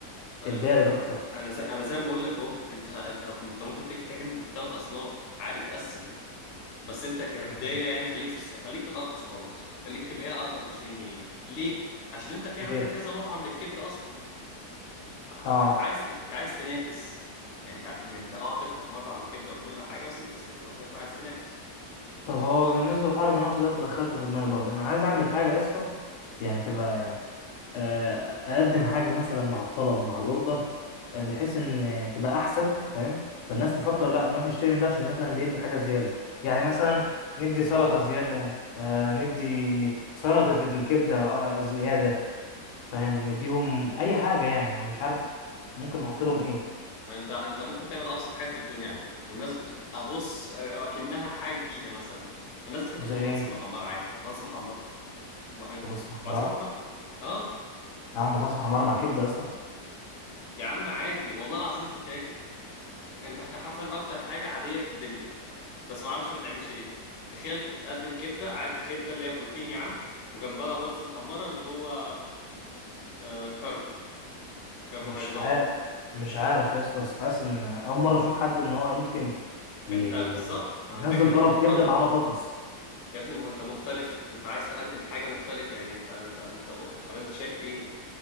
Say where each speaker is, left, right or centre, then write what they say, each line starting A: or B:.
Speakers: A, on the left (about 60°); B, on the left (about 80°).
A: الف...
B: الدارج اكتر
A: انا زي... انا زي ما بقول لك اهو انت انت انت ممكن تك- تعمل للثلاث اصناف عادي تقسم بس انت كبداية
B: يعني
A: يعني خليك في الس- خليك في الارخص وخلاص خليك في اللي هي ارخص 20 جنيه ليه عشان انت في عندك
B: ليه
A: كذا مطعم للكبدة اصلا آه،
B: اه
A: انت عايز انت عايز تنافس يعني انت يعني انت اه تفتح مطعم كبده وكل حاجه بس انت ستيل في الأول وفي الاخر عايز تنافس
B: طب هو
A: اه
B: بالنسبه لحوار المنافسه ده انت دخلته في دماغي برضه انا عايز اعمل حاجه يا اسطى يعني تبقى يعني آه، اقدم حاجه مثلا مع الطلب مع الاوردر آه، بحيث ان تبقى احسن فاهم فالناس تفكر لا نروح نشتري من ده عشان مثلا بيدي حاجه زياده يعني مثلا ندي
A: <laughs>
B: سلطه
A: فاهمك
B: زياده آه ندي سلطه الكبده آه، زياده فاهم نديهم اي حاجه يعني انا مش عارف ممكن نحط لهم
A: اه.
B: ايه
A: انت انت ممكن تعمل ابسط حاجه في الدنيا على فكره والناس بتبقى بص اه، اكنها حاجه جديده مثلا الناس بتحب
B: زي
A: البطاطس
B: ايه
A: المحمره عادي بطاطس محمره ما- آه،
B: بطاطس محمره
A: بطاطس محمره اه
B: اعمل بطاطس محمره مع كبده يا اسطى
A: يا عم عادي والله العظيم تتاكل انت ده حرفيا اكتر حاجه عاديه في الدنيا بس ما اعرفش ما بتعملش ليه تخيل بتقدم كبده ع- كبده اللي هي بروتين يا عم وجنبها بطاطس محمره اللي هو آه، كرب كربوهيدرات
B: مش عارف مش عارف يا اسطى بس حاسس ان اول مره اشوف حد ان هو ممكن ي-
A: انت بالظبط
B: يعني
A: مع
B: ينزل
A: الفكره
B: طلب
A: ان انت في
B: كبده
A: اول
B: مع
A: مره
B: بطاطس
A: يا ابني ما هو انت مختلف انت عايز تقدم حاجه مختلفه يعني انت انت انت ولا انت شايف ايه